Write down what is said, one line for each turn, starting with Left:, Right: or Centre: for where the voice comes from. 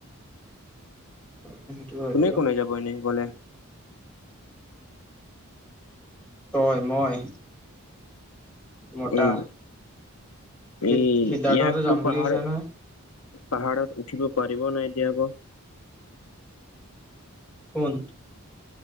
Centre: উ সেইটো হয়
Left: কোনে
Centre: বাৰু
Left: কোনে যাব এনেই গলে
Centre: তই মই মটা
Left: উম
Centre: সি
Left: এই
Centre: সিদ্ধাৰ্থ
Left: ইয়াকতো
Centre: সেতি যাম
Left: পাহাৰ
Centre: বুলি কৈছিলে নহয়
Left: পাহাৰত উঠিব পাৰিব নাই এতিয়া আকৌ
Centre: কোন